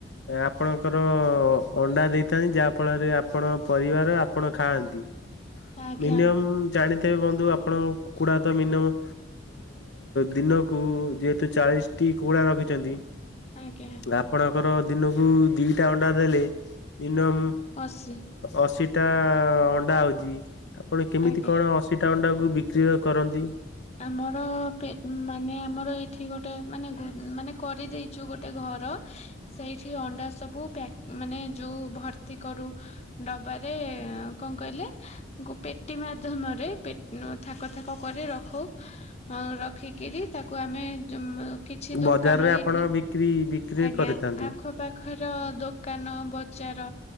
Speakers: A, on the left; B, on the left.
A: ଆପଣଙ୍କର ଅଣ୍ଡା ଦେଇଥାନ୍ତି ଯାହା ଫଳରେ ଆପଣ ପରିବାର ଆପଣ ଖାଆନ୍ତି।
B: ଆଜ୍ଞା
A: ମିନି ଜାଣି ତ ତେବେ ବନ୍ଧୁ ଆପଣ କୁକୁଡ଼ା ତ ମିନିମମ୍ ଦିନକୁ ଯେହେତୁ ଚାଳିଶଟି କୁକୁଡ଼ା ରଖିଛନ୍ତି
B: ଆଜ୍ଞା
A: ଆପଣଙ୍କର ଦିନକୁ ଦିଟା ଅଣ୍ଡା ଦେଲେ ଇନମ୍
B: ଅଶୀ
A: ଅଶ ଏଟା ଅଣ୍ଡା ହଉଛି ଆପଣ କେମିତି
B: ଆଜ୍ଞା
A: କଣ ଅଶୀ ଟାଙ୍କଣ୍ଡାକୁ ସକ୍ରିୟ କରନ୍ତି
B: ଆମର ମାନେ ଆମର ଏ ଏଠି ଗୋଟେ ମାନେ ମାନେ କରିଦେଇ ଯୋଉ ଗୋଟେ ଘର ସେଇଠି ଅଣ୍ଡା ସବୁ ପ୍ୟାକ ମାନେ ଯୋଉ ଭର୍ତ୍ତି କରୁ ଡବାରେ କଣ କହିଲେ ପେଟି ମାଧ୍ୟମରେ ାକ ଥାକ କରି ରଖ ରି ତାକୁ ଆମେ କିଛି ଦୋକାନ
A: ବଜାରରେ ଆପଣ
B: ଏଇଠି
A: ବିକ୍ରି ବିକ୍ରି
B: ଆଜ୍ଞା
A: କରିଥାନ୍ତି।
B: ଆଖପାଖର ଦୋକାନ ବଜାର